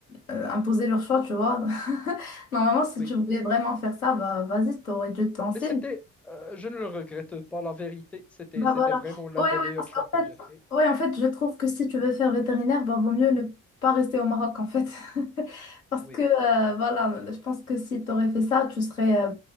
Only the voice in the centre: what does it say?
Oui.
Mais c'était, euh, je ne le regrette pas, la vérité. C'était,
c'était
vraiment l'un
des
meilleurs
choix
que
j'ai fait.
Oui.
Oui.